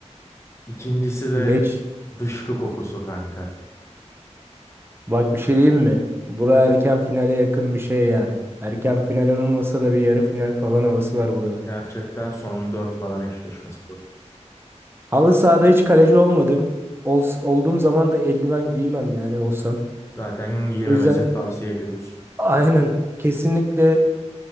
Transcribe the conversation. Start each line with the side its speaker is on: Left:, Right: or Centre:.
Left: İkincisi de
Right: leş.
Left: dışkı kokusu kanka.
Right: Bak bir şey diyeyim mi? Bura erken finale yakın bir şey yani. Erken final olmasa da bir yarı final falan havası var burada.
Left: Gerçekten son dört falan eşleşmesi bu.
Right: Halı sahada hiç kaleci olmadım. Ol, olduğum zaman da eldiven giymem yani olsam.
Left: Zaten giyilmemesini
Right: O yüzden
Left: tavsiye ediyoruz.
Right: aynen kesinlikle